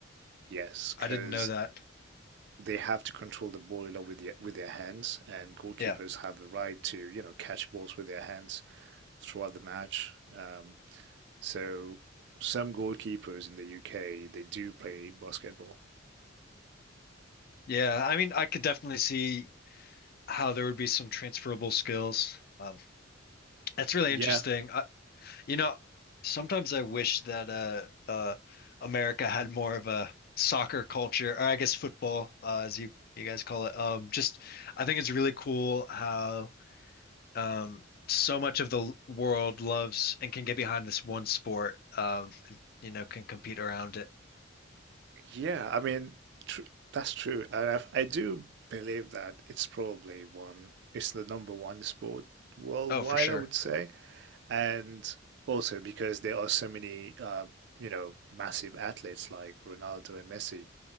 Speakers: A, on the right; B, on the left.
A: Yes, because
B: I didn't know that.
A: they have to control the ball a lot with the, with their hands, and goalkeepers
B: Yeah.
A: have the right to, you know, catch balls with their hands. throughout the match. Um, so some goalkeepers in the UK they do play basketball.
B: Yeah, I mean I could definitely see how there would be some transferable skills. Um That's really
A: Yeah,
B: interesting. I, you know, sometimes I wish that uh, uh, America had more of a soccer culture, or I guess football, uh, as you you guys call it. Um, just I think it's really cool how um, so much of the l- world loves and can get behind this one sport. Um, and, you know, can compete around it.
A: yeah. I mean, tr that's true. And I, I do believe that it's probably one. It's the number one sport worldwide,
B: Oh, for sure.
A: I would say, and also because there are so many, uh, you know, massive athletes like Ronaldo and Messi,